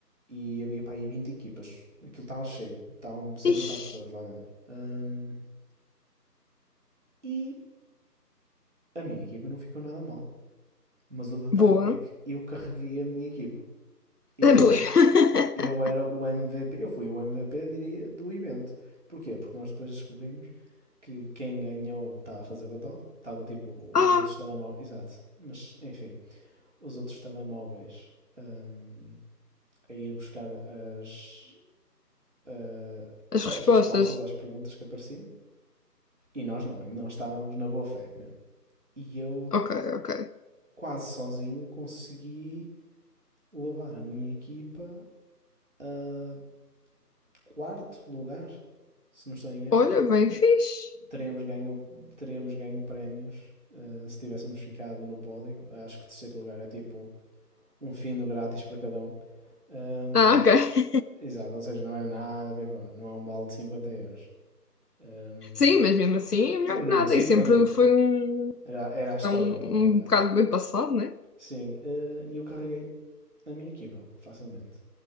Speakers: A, on the right (about 45°); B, on the left (about 70°).
A: e havia para aí 20 equipas. Aquilo estava cheio, estavam cento
B: Ixi,
A: e tal pessoas lá dentro. Hum, e a minha equipa não ficou nada mal. Mas o detalhe
B: boa.
A: é que eu carreguei a minha equipa. Eu,
B: é boa. <laughs>
A: eu era o MVP, eu fui o MVP, diria, do evento. Porquê? Porque nós depois descobrimos que quem ganhou estava a fazer batota, estava tipo
B: Ah,
A: os outros telemóveis, exato, mas enfim, os outros telemóveis hum, a ir buscar as, ah,
B: as respostas.
A: as respostas às perguntas que apareciam E nós não, e nós estávamos na boa fé mesmo. E eu,
B: Ok, ok.
A: quase sozinho, consegui levar a minha equipa a quarto lugar, se não estou em erro.
B: Olha, bem fixe.
A: Teríamos ganho, teríamos ganho prémios uh, se tivéssemos ficado no pódio. Acho que o terceiro lugar é tipo um fino grátis para cada um. Um,
B: Ah, ok.
A: exato, ou seja, não era nada para aí fora, não é um balde de 50 euros. Um,
B: Sim, mas mesmo assim é melhor
A: mas mesmo
B: que nada.
A: assim,
B: E sempre
A: pronto,
B: foi um,
A: era, era a história,
B: é um,
A: pelo menos,
B: um
A: né?
B: bocado bem passado, né?
A: Sim, eh, e uh, eu carreguei a minha equipa, facilmente.